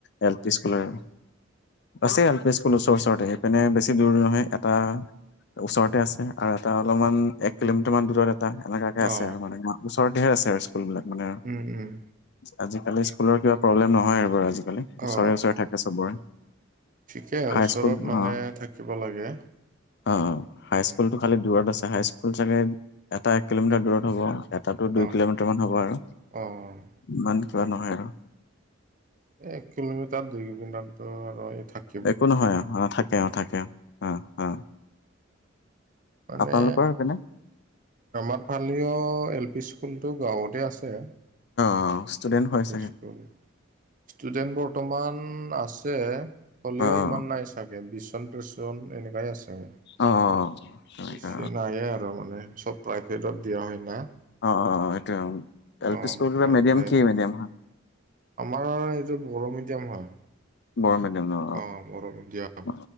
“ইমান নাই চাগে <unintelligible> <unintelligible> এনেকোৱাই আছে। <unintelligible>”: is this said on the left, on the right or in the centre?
Right